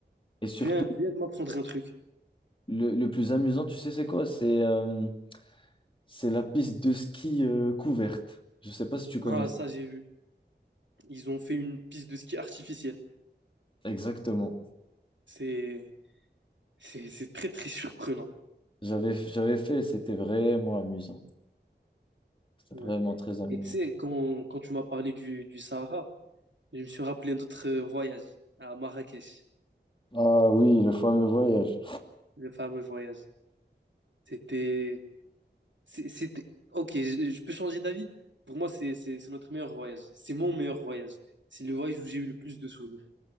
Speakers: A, on the left (about 25°); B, on the right (about 80°).
A: et surtout,
B: Tu viens, tu viens de m'apprendre un truc.
A: le, le plus amusant, tu sais, c'est quoi? C'est euh, c'est la piste de ski euh, couverte. Je sais pas si tu connais
B: Ah,
A: ça.
B: ça, j'ai vu. Ils ont fait une piste de ski artificielle.
A: Exactement.
B: C'est, c'est, c'est très, très surprenant.
A: J'avais, j'avais fait et c'était vraiment amusant. C'était
B: Ouais.
A: vraiment très amusant.
B: Et tu sais, quand, quand tu m'as parlé du, du Sahara, je me suis rappelé notre euh, voyage à Marrakech,
A: Ah oui, le fameux voyage.
B: le fameux voyage. C'était C'est- C'était... Ok, je, je peux changer d'avis. Pour moi, c'est c'est- c'est notre meilleur voyage. C'est mon meilleur voyage. C'est le voyage où j'ai eu le plus de souvenirs.